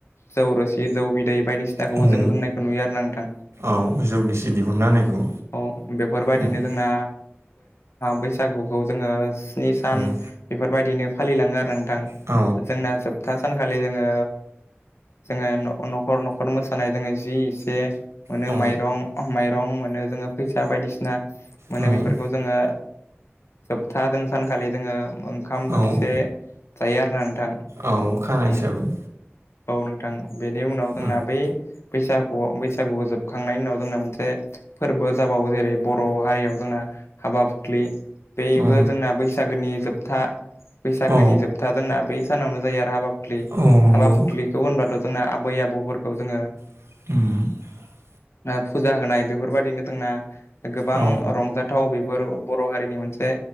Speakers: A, on the left (about 75°); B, on the right (about 85°).
A: जौ रोसि जौ बिदै बायदिसिनाखौबो
B: औ
A: जों लोंनायखौ नुयो आरो ना नोंथां
B: औ जौगिसि दिहुनना होनायखौ
A: औ बेफोरबायदिनो
B: औ
A: जोंना बैसागुखौ जोङो स्नि सान
B: औ
A: बेफोरबायदिनो फालिलाङो आरो नोंथां
B: औ
A: जोंना जोब था सानखालि जोङो जोङो न'खर न'खर मोसानाय जोङो जि एसे मोनो
B: औ
A: माइरं माइरं मोनो जोङो फैसा बायदिसिना मोनो
B: औ
A: बेफोरखौ जोङो जोबथा जों सानखालि जोङो ओंखाम
B: औ
A: बोथिसे जायो आरो ना नों थां
B: औ खाना हिसाबै
A: औ नोंथां बेनि उनाव जोंना
B: औ
A: बै बैसागुआव बैसागुखौ जोबखांनायनि उनाव जोंना मोनसे फोरबो जाबावो जेरै बर' हारियाव जोंना हाबा फुखलि बेबो
B: औ
A: जोंना बैसागोनि जोबथा बैसागोनि
B: औ
A: जोबथा जोंना बे सानावनो जायो आरो हाबा फुख्लि
B: औ नंगौ
A: हाबा फुख्लिखौ होनबाथ' जोंना आबै आबौफोरखौ जोङो
B: <inaudible>
A: फुजा होनाय बेफोरबायदिनो जोंना गोबां
B: औ
A: रंजाथाव बे बर' हारिनि मोनसे